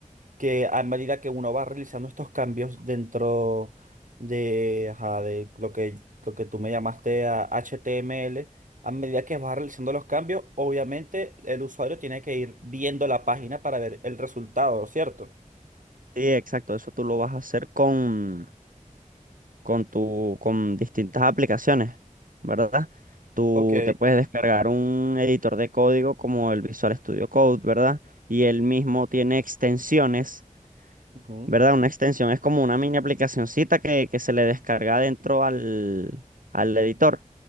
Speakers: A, on the right; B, on the right.
A: que a medida que uno va realizando estos cambios dentro de, ajá, de lo que, lo que tú me llamaste a HTML, a medida que vas realizando los cambios, obviamente el usuario tiene que ir viendo la página para ver el resultado, ¿cierto?
B: Sí, exacto, eso tú lo vas a hacer con... con tu, con distintas aplicaciones, ¿verdad? Tú
A: Ok,
B: te puedes descargar un editor de código como el Visual Studio Code, ¿verdad? Y él mismo tiene extensiones,
A: ujú,
B: ¿verdad? Una extensión es como una mini aplicacioncita que, que se le descarga dentro al, al editor